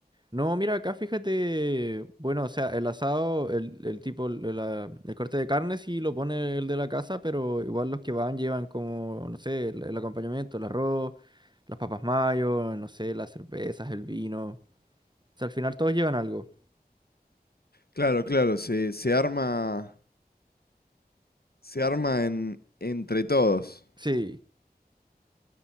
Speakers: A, on the right; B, on the left.
A: No, mira, acá fíjate, bueno, o sea, el asado, el, el tipo, el, la- el corte de carne sí lo pone el de la casa, pero igual los que van llevan como, no sé, el, el acompañamiento, el arroz, las papas mayo, no sé, las cervezas, el vino. O sea, al final todos llevan algo.
B: Claro, claro, se, se arma, se arma en, entre todos.
A: Sí,